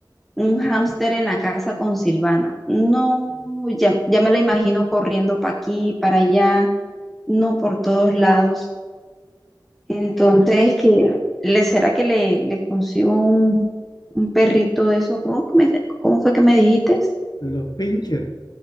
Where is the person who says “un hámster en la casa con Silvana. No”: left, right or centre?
Centre